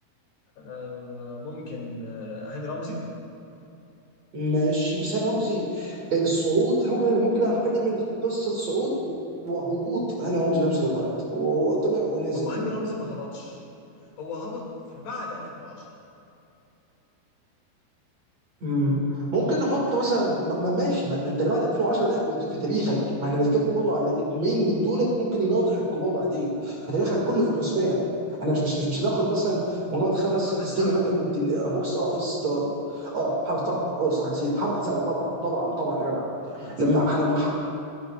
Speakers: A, on the left; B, on the right.
A: آه ممكن آه هاني رمزي
B: ماشي بس هاني رمزي يعني الصعود إحنا ممكن ممكن حرفيا نعمل قصه صعود وهبوط هاني رمزي في نفس الوقت وطلع ونزل
A: هو هاني رمزي ما هبطش هو هبط في بعد 2010
B: امم ممكن نحط مثلا ما ما- ماشي ما, ما انت اللي بعد 2010 ده بيضيف في تاريخك ما احنا بنتكلم برضه على ادمين من دولت ممكن يناطح الكبار بعدين فتاريخك كله في الحسبان انا مش مش مش, مش هناخد مثلا مجرد خمس
A: محمد
B: ست سنين
A: سعد
B: لما انت كنت بوكس اوفيس ستار اه محمد طبعا اه صح نسيت محمد سعد طبعا طبعا طبعا يا جدع
A: محمد سعد
B: لما لما